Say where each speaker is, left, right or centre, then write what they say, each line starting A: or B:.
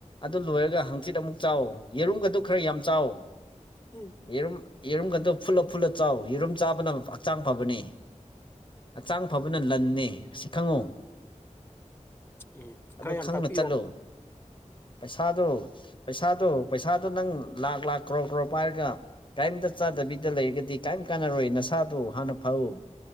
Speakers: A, on the left (about 40°); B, on the left (about 15°).
A: ꯑꯗꯨ ꯂꯣꯏꯔꯒ ꯍꯪꯆꯤꯠ ꯑꯃꯨꯛ ꯆꯥꯎ ꯌꯦꯔꯨꯝꯒꯗꯨ ꯈꯔ ꯌꯥꯝ ꯆꯥꯎꯋ
B: ꯎꯝ
A: ꯌꯦꯔꯨꯝ ꯌꯦꯔꯨꯝꯒꯗ ꯐꯨꯜꯂꯞ ꯐꯨꯜꯂ ꯆꯥꯎ ꯌꯦꯔꯨꯝ ꯆꯥꯕꯅ ꯍꯛꯆꯥꯡ ꯐꯕꯅꯤ ꯍꯛꯆꯥꯡ ꯐꯕꯅ ꯂꯟꯅꯦ ꯑꯁꯤ ꯈꯪꯉꯨ
B: ꯎꯝ ꯈꯔ
A: ꯑꯗꯨ
B: ꯌꯥꯝ
A: ꯈꯪꯅ
B: ꯇꯥꯛꯄꯤꯌꯣ
A: ꯆꯠꯂꯨ ꯄꯩꯁꯥꯗꯣ ꯄꯩꯁꯥꯗꯣ ꯄꯩꯁꯥꯗꯣ ꯅꯪ ꯂꯥꯛ ꯂꯥꯛꯈ ꯀ꯭ꯔꯣꯔ ꯀ꯭ꯔꯣꯔ ꯄꯥꯏꯔꯒ ꯀꯔꯤꯝꯇ ꯆꯥꯗꯕꯤꯗ ꯂꯩꯔꯒꯗꯤ ꯀꯔꯤꯝ ꯀꯥꯟꯅꯔꯣꯏ ꯅꯁꯥꯗꯣ ꯍꯥꯟꯅ ꯐꯥꯎꯎ